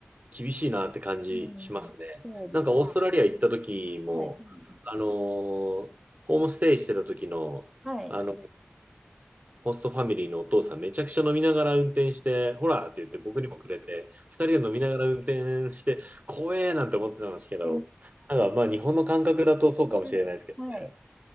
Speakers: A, on the right; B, in the centre.
A: 厳しいなって感じしますね。
B: うん、そうですね。
A: なんかオーストラリア行った時も、
B: はい。はい。
A: あのーホームステイしてた時の、
B: はい。
A: あのーホストファミリーのお父さんめちゃくちゃ飲みながら運転して、ほらって言って僕にもくれて、二人で飲みながら運転して、怖えなんて思ってたんですけど、
B: で
A: なんかまあ日本の感覚だとそうかもしれないですけどね。
B: はい。はい